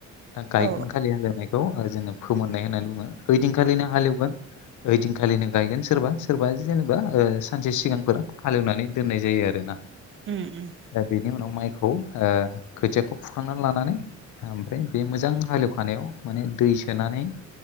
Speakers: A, on the left; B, on the right.
A: दा गायखोन
B: औ
A: खालि हालेनाय खौ ओ जोङो फोमोननाय होननानै बुङो ओइदिनखालिनो हालेवगोन ओइदिनखालिनो गायगोन सोरबा सोरबा जेनेबा ओ सानसे सिगांफोर हालेवनानै दोननाय जायो आरोना
B: उम उम
A: दा बेनि उनाव माइखौ ओ खोथियाखौ फुखांनानै लानानै ओमफ्राय बे मोजां हालेवखानायाव माने दै सोनानै